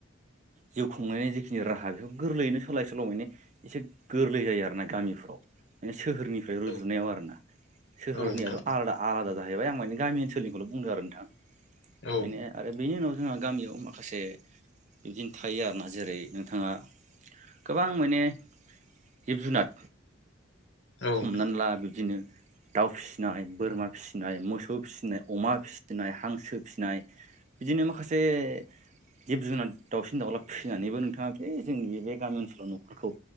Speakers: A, on the right (about 35°); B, on the left (about 60°).
A: जिउ खुंनायनि जिखिनि राहा बेखौ गोरलैयैनो सोलाय सोल' मानि एसे गोरलै जायो आरो ना गामिफ्राव माने सोहोरनिफ्राय रुजुनायाव
B: औ
A: आरोना सोहोरनियाथ'
B: औ नोंथां औ
A: आलादा आलादा जाहैबाय आं माने गामि ओनसोलनिखौल' बुंदों आरो नोंथां
B: औ
A: माखासे बिबदिनो थायो आरोना जेरै नोंथाङा गोबां माने जिब जुनार
B: नोंथां
A: हमनानै ला बिबदिनो दाउ फिसिनाय बोरमा फिसिनाय मोसौ फिसिनाय अमा फिसिनाय हांसो फिसिनाय बिदिनो माखासे जिब जुनार दाउसिन दाउला फैनानैबो नोंथाङा बे जोंनि बे गामि ओनसोलाव न'खरखौ